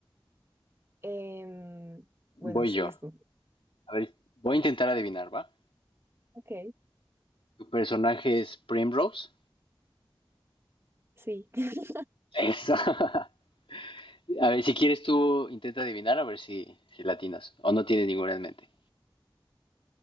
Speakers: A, on the right; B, on the left.
A: Em, bueno,
B: Voy
A: sigues
B: yo.
A: tú.
B: A ver, voy a intentar adivinar, ¿va?
A: Ok,
B: ¿Tu personaje es Primrose?
A: sí. <laughs>
B: Eso. <laughs> a ver, si quieres tú intenta adivinar, a ver si, si latinas. O no tienes ninguna en mente.